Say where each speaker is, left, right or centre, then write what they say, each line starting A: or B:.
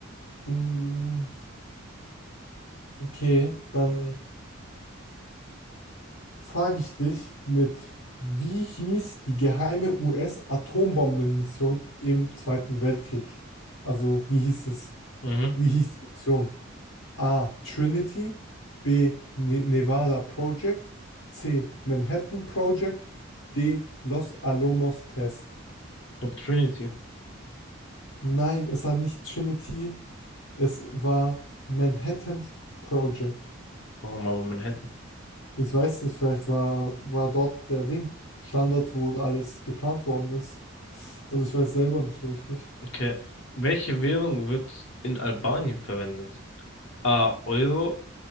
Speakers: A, on the left; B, on the left.
A: Mm, okay, dann. frage ich dich mit, wie hieß die geheime US-Atombombenmission im Zweiten Weltkrieg? Also wie hieß es?
B: Mhm.
A: Wie hieß die Mission? A. Trinity, B. Ne Nevada Project, C. Manhattan Project, D. Los Alamos Test.
B: Ich glaube Trinity.
A: Nein, es war nicht Trinity, es war Manhattan Project.
B: Warum aber Manhattan?
A: Ich weiß nicht, vielleicht war, war dort der Ding, Standort, wo alles geplant worden ist. Also ich weiß selber nicht so richtig.
B: Okay. Welche Währung wird in Albanien verwendet? A. Euro,